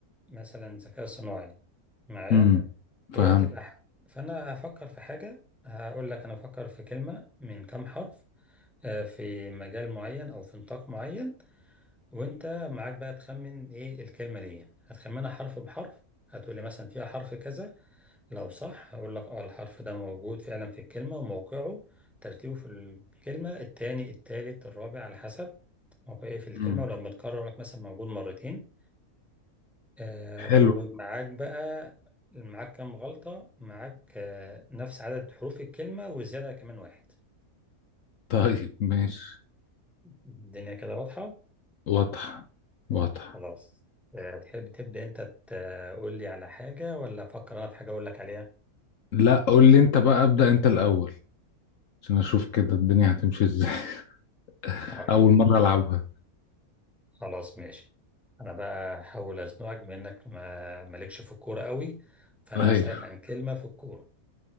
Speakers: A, in the centre; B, on the left.
A: مثلا الذكاء الصناعي معايا
B: امم
A: هي
B: فهمت
A: هتبقى ح- فأنا هفكر في حاجة هقول لك أنا بفكر في كلمة من كام حرف آه، في مجال معين أو في نطاق معين وأنت معاك بقى تخمن إيه الكلمة دي هتخمنها حرف بحرف هتقول لي مثلا فيها حرف كذا لو صح هقول لك اه الحرف ده موجود فعلا في الكلمة وموقعه ترتيبه في الكلمة التاني التالت الرابع على حسب موقعه في الكلمة
B: امم
A: ولو متكرر لك مثلا موجود مرتين آه
B: حلو
A: ومعاك بقى معاك كام غلطة معاك آه نفس عدد حروف الكلمة وزيادة كمان واحد
B: طيب ماشي
A: الدنيا كده واضحة
B: واضح واضح
A: خلاص آه تحب تبدأ أنت تقول لي على حاجة ولا أفكر أنا في حاجة أقول لك عليها
B: لا قول لي انت بقى ابدأ انت الاول عشان اشوف كده الدنيا هتمشي ازاي <laughs>
A: طيب
B: اول مرة العبها
A: خلاص ماشي أنا بقى هحاول أزنقك بإنك ما مالكش في الكورة قوي فأنا
B: ايوه
A: أسألك عن كلمة في الكورة